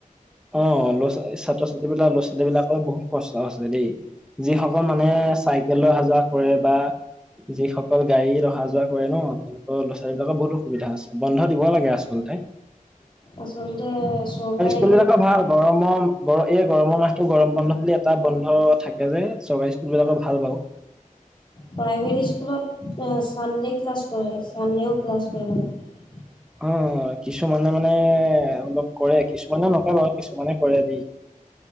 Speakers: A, in the centre; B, on the left.
A: অ ল'ৰা ছো ছাত্ৰ - ছাত্ৰী বিলাক ল'ৰা- ছোৱালী বিলাকৰ বহুত কষ্ট হৈছে দেই। যিসকল মানে চাইকেল লৈ অহা যোৱা কৰে বা যিসকল গাড়ীত অহা যোৱা কৰে ন তেওঁলোকৰ ল'ৰা - ছোৱালী বিলাকৰ বহুত অসুবিধা আছে বন্ধ দিব লাগে আচলতে। <inaudible>
B: আচলতে চৰকাৰে
A: স্কুলবিলাকৰ ভাল গৰমৰ গৰ এই গৰমৰ মাহটো গৰম বন্ধ বুলি এটা বন্ধ থাকে যে চৰকাৰী স্কুল বিলাকৰ ভাল বাৰু <inaudible>
B: প্ৰাইভেট স্কুলত অ ছানডে' ক্লাছ কৰে ছানডেও ক্লাছ কৰে মানে।
A: অ কিছুমানে মানে অলপ কৰে কিছুমানে নকৰে বাও। কিছুমানে কৰে দেই